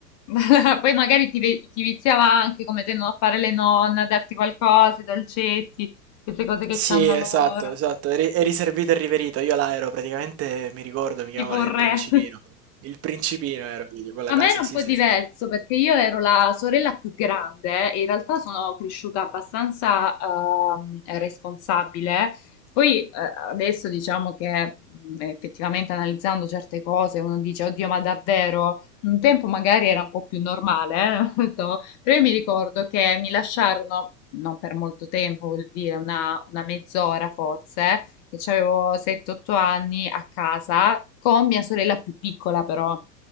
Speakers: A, on the left; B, on the right.
A: <laughs> Poi magari ti, ve- ti viziava anche come tendono a fare le nonne, a darti qualcosa, i dolcetti, queste cose che
B: Sì,
A: c'hanno
B: esatto,
A: loro.
B: esatto, è ri è riservito e riverito. Io là ero praticamente, mi ricordo, mi chiamavano
A: tipo un
B: il principino.
A: re. <laughs>
B: Il principino ero io di quella
A: A
B: casa,
A: me era un
B: sì,
A: po'
B: sì.
A: diverso perché io ero la sorella più grande e in realtà sono cresciuta abbastanza ehm, responsabile. Poi eh, adesso diciamo che mh, effettivamente analizzando certe cose uno dice, oddio, ma davvero? Un tempo magari era un po' più normale, eh, <laughs> non so. Però io mi ricordo che mi lasciarono, non per molto tempo, vuol dire una una mezz'ora forse che avevo 7-8 anni a casa, con mia sorella più piccola però.